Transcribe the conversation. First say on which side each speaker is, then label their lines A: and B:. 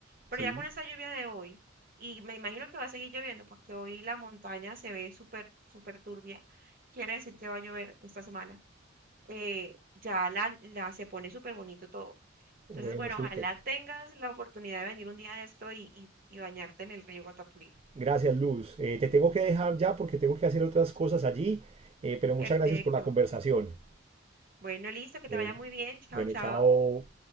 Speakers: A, on the right (about 45°); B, on the right (about 30°).
A: Pero
B: Sí,
A: ya con esa lluvia de hoy y me imagino que va a seguir lloviendo porque hoy la montaña se ve súper, súper turbia. Quiere decir que va a llover esta semana. Eh, ya la, la- se pone súper bonito todo. Entonces,
B: bueno,
A: bueno,
B: súper.
A: ojalá tengas la oportunidad de venir un día de esto y, y, y bañarte en el río Guatapurí.
B: Gracias, Luz. Eh, te tengo que dejar ya porque tengo que hacer otras cosas allí, eh, pero muchas
A: Perfecto.
B: gracias por la conversación.
A: Bueno, listo, que
B: Bueno,
A: te vaya muy bien. Chao,
B: bueno,
A: chao.
B: chao.